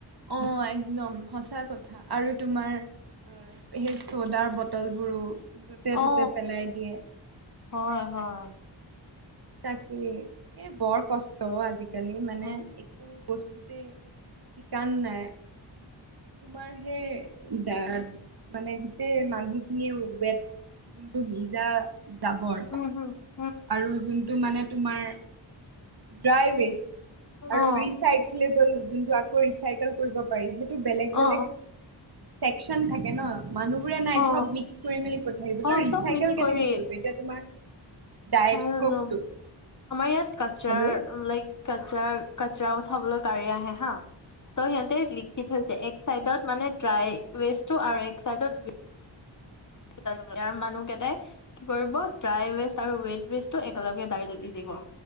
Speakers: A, on the right; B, on the left.
A: অঁ একদম সঁচা কথা, আৰু তোমাৰ হয়, সেই চ'দাৰ বটলবোৰো য'তে
B: অ
A: ত'তে পেলাই দিয়ে।
B: হয় হয়।
A: তাকে এ বৰ কষ্ট আজি কালি মানে
B: উম
A: একো বস্তুতে শিকান নাই। তোমাৰ সেই দা মানে গোটেই মানুহখিনিয়ে ৱেট যোনটো ভিজা জাবৰ,
B: উমহ
A: আৰু যোনটো মানে তোমাৰ ড্ৰাই ৱেষ্ট, আৰু
B: অ
A: ৰিচাইকলেবল যোনটো আকৌ ৰিচ চাইকেল কৰিব পাৰি, সেইটো বেলেগ বেলেগ
B: অ অ
A: চেকচন থাকে ন। মানুহবোৰে নাই
B: অ
A: চব মিক্স কৰি মেলি পঠাই দিব,
B: অ
A: ত' ৰিচাইকেল
B: চব মিক্স
A: কেনেকে
B: কৰি
A: কৰিব এতিয়া তোমাৰ ডায়েট
B: <inaudible> আমাৰ
A: ককটো
B: ইয়াত কচৰাৰ
A: হেল্ল'
B: লাইক কাচাৰ কচৰা উঠাবলৈ গাড়ী আহে হা, ত' সিহঁতে
A: অ
B: লিখি থৈছে, এক চাইডত মানে ড্ৰাই ৱেষ্টটো আৰু এক চাইডত ইয়াৰ মানুহকেইটাই কি কৰিব, ড্ৰাই ৱেষ্ট আৰু ৱেট ৱেষ্টটো একেলগে ডাইৰেক্ট দি দিব।